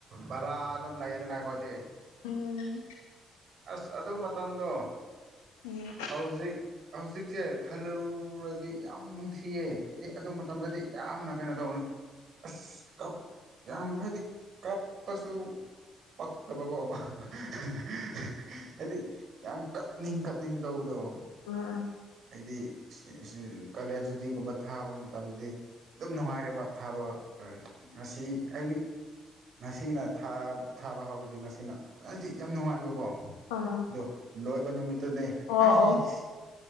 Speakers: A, on the right; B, on the left.
A: ꯕꯔꯥ ꯑꯗꯨꯝ ꯂꯩꯑꯦꯗꯅ ꯑꯩꯈꯣꯏꯗꯤ
B: ꯎꯝ
A: ꯑꯁ ꯑꯗꯨ ꯃꯇꯝꯗꯣ
B: ꯎꯝ
A: ꯍꯧꯖꯤꯛ ꯍꯧꯖꯤꯛꯁꯦ ꯈꯜꯂꯨꯔꯗꯤ ꯌꯥꯝ ꯅꯨꯡꯁꯤꯌꯦ ꯍꯥꯏꯗꯤ ꯑꯗꯨ ꯃꯇꯝꯗꯗꯤ ꯌꯥꯝꯅ ꯀꯩꯅꯣ ꯇꯧꯅ ꯑꯁ ꯀꯞ ꯌꯥꯝ ꯍꯥꯏꯗꯤ ꯀꯞꯄꯁꯨ ꯄꯛꯇꯕꯀꯣ <unintelligible> ꯍꯥꯏꯗꯤ ꯌꯥꯝ ꯀꯞꯅꯤꯡ ꯀꯞꯅꯤꯡ ꯇꯧꯕꯗꯣ
B: ꯑ ꯑ
A: ꯑꯥꯏꯗꯤ ꯏꯁꯤ ꯏꯁꯤ ꯀꯥꯂꯦꯟ ꯁꯨꯇꯤꯒꯨꯝꯕ ꯊꯥꯕ ꯃꯇꯝꯗꯗꯤ ꯗꯨꯝ ꯅꯨꯡꯉꯥꯏꯔꯦꯕ ꯊꯥꯕ ꯀ ꯉꯁꯤ ꯍꯥꯏꯗꯤ ꯉꯁꯤꯅ ꯊꯥ ꯊꯥꯕ ꯍꯧꯔꯗꯤ ꯉꯁꯤꯅ ꯍꯥꯏꯗꯤ ꯌꯥꯝ ꯅꯨꯡꯉꯥꯏꯕꯀꯣ
B: ꯑꯥ
A: ꯗꯣ ꯂꯣꯏꯕ ꯅꯨꯃꯤꯠꯇꯨꯅꯦ
B: ꯑꯣ
A: ꯑꯥꯏꯆ
B: ꯑꯣ